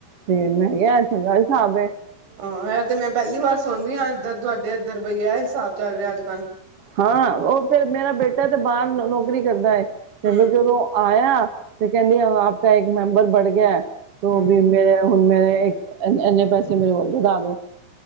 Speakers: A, on the right; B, on the right.
A: ਤੇ ਮੈਂ ਕਿਹਾ ਚੰਗਾ ਹਿਸਾਬ ਹੈ।
B: ਹਾਂ ਇਹ ਤੇ ਮੈਂ ਪਹਿਲੀ ਵਾਰ ਸੁਣਰੀ ਹਾਂ, ਇੱਧਰ ਤੁਹਾਡੇ, ਇੱਧਰ ਬਈ ਇਹ ਹਿਸਾਬ ਚੱਲ ਰਿਹਾ ਅੱਜ-ਕੱਲ੍ਹ
A: ਹਾਂ ਉਹ ਫੇਰ ਮੇਰਾ ਬੇਟਾ ਤੇ, ਬਾਹਰ ਨੌਕਰੀ ਕਰਦਾ ਹੈ ਤੇ
B: ਹਮ
A: ਫਰ ਜਦੋਂ। ਆਇਆ, ਤੇ ਕਹਿੰਦੀ ਆਪ ਕਾ ਇੱਕ ਮੇਂਬਰ ਬੜ ਗਿਆ। ਤ
B: ਹਮ
A: ਵੀ ਮੇਰੇ ਹੁਣ ਮੇਰੇ ਇੰਨੇ ਪੈਸੇ ਮੇਰੇ ਹੋਰ ਵਧਾ ਦੋ,